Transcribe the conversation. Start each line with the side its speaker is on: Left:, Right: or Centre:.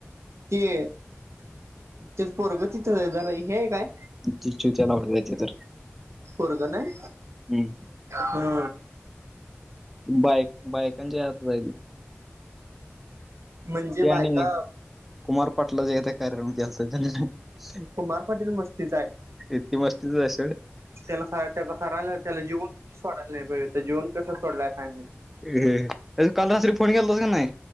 Right: ते, ते पोरग तिथंच आहे जरा हे काय?
Centre: ती चुत्या लावल्या जायचे तर
Right: उर्ग नाही?
Centre: हम्म.
Right: हम्
Centre: बायक बायकांच्यात व्हायल.
Right: म्हणजे
Centre: ते
Right: बायका
Centre: आणि एक कुमार पाटलाचा एकदा कार्यक्रम केलाता त्याने.
Right: कुमार पाटील मस्तीच आहे
Centre: इतकी मस्तीचाये सोड.
Right: त्याला <unintelligible> त्याला जिवंत सोडायला नाही पाहिजे होत. तो जिवंत कस सोडलाय काय माहिती.
Centre: अ त्याचा काल रात्री फोन केलता का नाही?